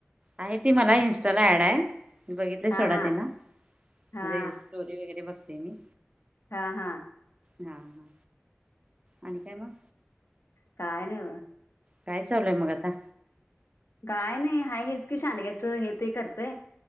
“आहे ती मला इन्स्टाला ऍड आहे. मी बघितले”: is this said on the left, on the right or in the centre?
Right